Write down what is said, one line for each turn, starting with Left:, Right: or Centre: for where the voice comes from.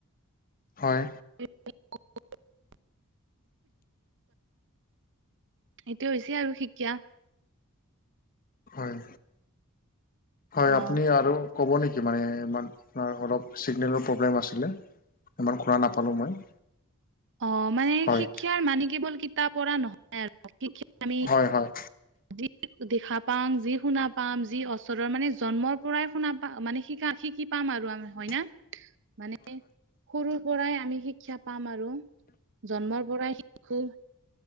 Left: হয়।
Right: <unintelligible> সেইটোয় হৈছে আৰু শিকা।
Left: হয় হয়
Right: অ
Left: আপুনি আৰু। ক'ব নেকি মানে ইমান অলপ চিগনেলৰ প্ৰব্লেম আছিলে ইমান ঘূৰা নাপালোঁ মই।
Right: অঁ, মানে
Left: হয়
Right: শিক্ষাৰ মানে কেৱল কিতাপ পঢ়া নহয়। <unintelligible> আমি।
Left: হয় হয়
Right: যি দেখা পাম যি শুনা পাম যি ওচৰৰ মানে জন্মৰ পৰাই শুনা পা মানে শিকা। কি পাম আৰু আমাৰ হয় না?
Left: <unintelligible>
Right: মানে সৰু পৰাই আমি শিক্ষা পাম আৰু জন্মৰ পৰাই শিকো।